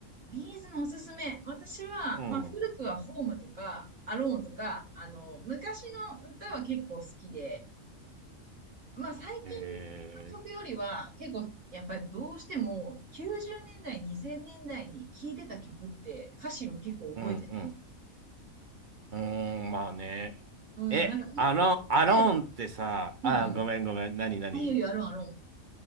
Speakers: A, on the right; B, on the right.
A: ビーズのおすすめ。私は、
B: うん。
A: まあ、古くはホームとか、アローンとか、あの、昔の歌は結構好きで、まあ、最近の曲よりは、
B: へえ、
A: 結構、やっぱりどうしても、90年代、2000年代に聴いてた曲って、歌詞も結構覚えてる。
B: うんうん。うーん、まあね。
A: うん、
B: え、
A: なんか、今の曲より、
B: アロン、アロンってさ、
A: うんうん。
B: あ、ごめんごめん。何何
A: あ、いよいよ、アローン、アローン。